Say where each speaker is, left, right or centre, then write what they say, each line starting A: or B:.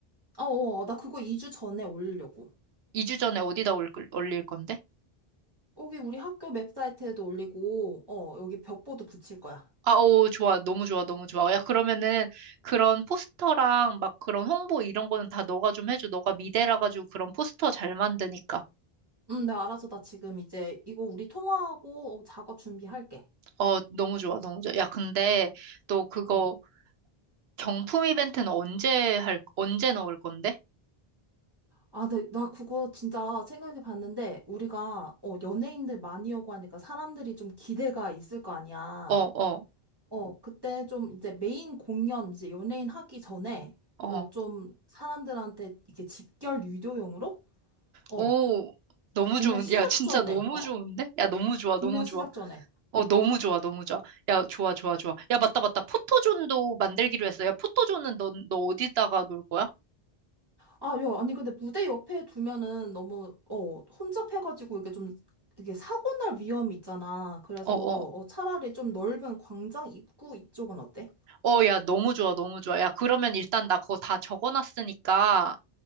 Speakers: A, on the right; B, on the right.
A: 어, 어, 어, 나 그거 2주 전에 올리려고.
B: 2주 전에 어디다 올, 올릴 건데?
A: 여기 우리 학교 웹사이트에도 올리고, 어, 여기 벽보도 붙일 거야.
B: 아, 오, 좋아. 너무 좋아. 너무 좋아. 야, 그러면은 그런 포스터랑 막 그런 홍보 이런 거는 다 너가 좀 해줘. 너가 미대라 가지고 그런 포스터 잘 만드니까.
A: 음, 가 알아서 나 지금 이제 이거 우리 통화하고 어, 작업 준비할게.
B: 어, 너무 좋아. 너무 좋아. 야, 근데 너 그거
A: 어.
B: 경품 이벤트는 언제 할, 언제 넣을 건데?
A: 아, 네, 나 그거 진짜 생각해 봤는데, 우리가, 어, 연예인들 많이 오고 하니까 사람들이 좀 기대가 있을 거 아니야.
B: 어, 어,
A: 어, 그때 좀 이제 메인 공연, 이제 연예인 하기 전에,
B: 어.
A: 어, 좀 사람들한테 이렇게 집결 유도용으로, 어,
B: 오, 너무
A: 공연
B: 좋은,
A: 시작
B: 야, 진짜
A: 전에,
B: 너무
A: 어,
B: 좋은데? 야, 너무 좋아, 너무
A: 공연
B: 좋아.
A: 시작 전에.
B: 어, 너무 좋아, 너무 좋아. 야, 좋아, 좋아, 좋아. 야, 맞다, 맞다. 포토존도 만들기로 했어. 야, 포토존은 너, 너 어디다가 놀 거야?
A: 아, 야, 아니, 근데 무대 옆에 두면은 너무, 어, 혼잡해가지고 이게 좀, 이게 사고 날 위험이 있잖아. 그래서,
B: 어, 어.
A: 어, 차라리 좀 넓은 광장 입구 이쪽은 어때?
B: 어, 야, 너무 좋아, 너무 좋아. 야, 그러면 일단 나 그거 다 적어놨으니까,